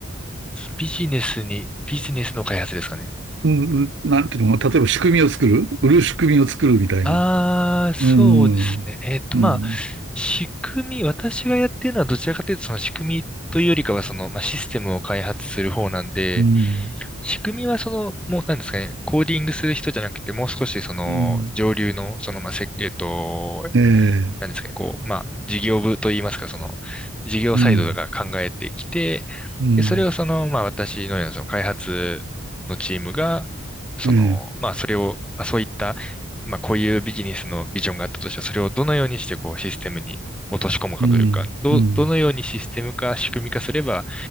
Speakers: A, in the centre; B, on the right.
A: ビジネスに、ビジネスの開発ですかね。
B: うん、うんなんていうのかな、例えば仕組みを作る、売る仕組みを作るみたいな。
A: ああ、そうですね。
B: うん、うん、
A: えっと、まあ、
B: う
A: 仕組み、私がやってるのはどちらかというと、その仕組みというよりかは、その、まあ、システムを開発する方なんで、
B: ん、
A: 仕組みはその、もう、なんですかね、コーディングする人じゃなくて、もう少し、その、
B: うん。
A: 上流の、その、まあ、設計と、
B: ええ、
A: なんですかね、こう、まあ、事業部といいますか、その、事業サイドが考えてきて、
B: うん、うん、
A: で、それをその、まあ、私のようなその開発のチームが、その、
B: ええ、
A: まあ、それを、まあ、そういった、まあ、こういうビジネスのビジョンがあったとしたら、それをどのようにして、こう、システムに落とし込むかというか、
B: うん、
A: どう、
B: うん、
A: どのようにシステム化、仕組み化すれば、